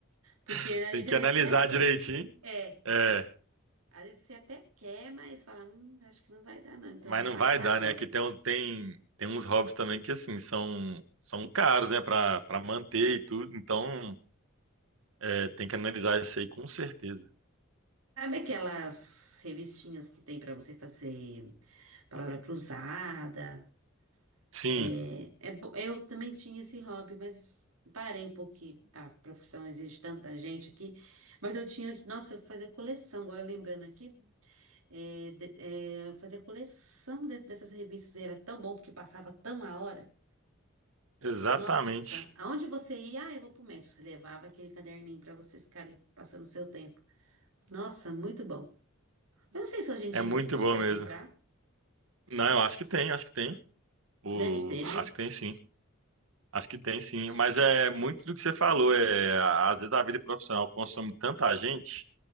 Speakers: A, on the right; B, on the right.
A: Porque
B: <laughs>
A: a
B: Tem
A: gente
B: que
A: às vezes
B: analisar
A: até quer.
B: direitinho.
A: É,
B: É,
A: às vezes você até quer, mas fala, hum, acho que não vai dar não, então
B: mas
A: eu vou
B: não
A: passar
B: vai dar,
A: agora.
B: né? Que tem uns, tem, tem uns hobbies também que, assim, são, são caros, né, para para manter e tudo. Então, é, tem que analisar isso aí com certeza.
A: Sabe aquelas revistinhas que tem pra você fazer palavra cruzada?
B: Sim,
A: É, é bo- eu também tinha esse hobby, mas parei um pouquinho. A profissão exige tanta gente aqui. Mas eu tinha, nossa, eu fazia coleção, agora lembrando aqui. É, de- é, eu fazia coleção de- dessas revistas. Era tão bom porque passava tão a hora.
B: exatamente.
A: Nossa, aonde você ia? Ah, eu vou pro médico. Você levava aquele caderninho para você ficar ali passando o seu tempo. Nossa, muito bom. Eu não sei se hoje em dia
B: É muito
A: existe
B: bom
A: para
B: mesmo.
A: comprar.
B: Não, eu acho que tem, acho que tem. O...
A: Deve ter, né?
B: Acho que tem sim. Acho que tem sim. Mas é muito do que você falou. É... Às vezes a vida profissional consome tanta gente